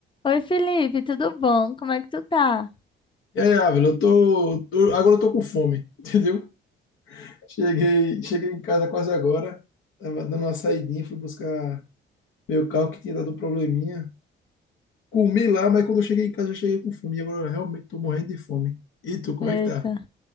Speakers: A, on the left; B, on the left.
A: Oi, Felipe, tudo bom? Como é que tu tá?
B: E aí, Ávila, eu tô, tô- agora eu tô com fome, <laughs> entendeu? Cheguei, cheguei em casa quase agora, tava dando uma saidinha, fui buscar meu carro que tinha dado um probleminha. Comi lá, mas quando eu cheguei em casa eu cheguei com fome, e agora eu realmente tô morrendo de fome. E tu, como
A: Eita,
B: é que tá?